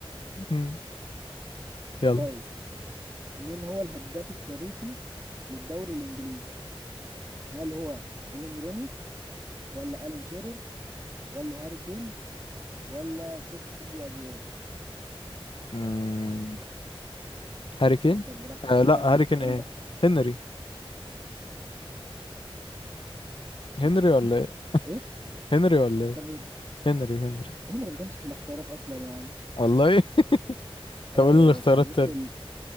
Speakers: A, on the left (about 60°); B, on the right (about 30°).
A: مم. يلا
B: طيب مين هو الهداف التاريخي للدوري الإنجليزي هل هو وين روني ولا ألين شيرر ولا هاري كين ولا سيرجيو أجويرو
A: مم. هاري كين
B: تفكر براحتك
A: آه
B: كده
A: لا
B: لأن
A: هاري
B: السؤال
A: كين ايه
B: ده
A: هنري هنري
B: <laughs>
A: ولا ايه
B: إيه
A: هنري ولا
B: هتختار
A: ايه
B: مين
A: هنري هنري
B: هنري ما كانش في الاختيارات أصلا يا عم
A: والله <laughs> طب
B: اه
A: قول لي
B: يا
A: الاختيارات
B: باشا بص
A: تاني
B: ال...